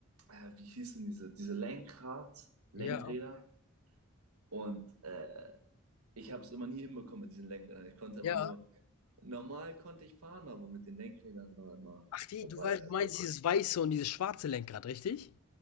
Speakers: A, on the right; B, on the left.
A: äh, wie hießen diese, diese Lenkrad, Lenkräder.
B: ja,
A: Und äh, ich habe es immer nie hinbekommen mit diesen Lenkrädern. Ich konnte immer
B: ja.
A: nur, normal konnte ich fahren, aber mit den Lenkrädern war immer
B: Ach, die
A: vorbei.
B: du wei
A: Also,
B: du meinst dieses weiße und dieses schwarze Lenkrad, richtig?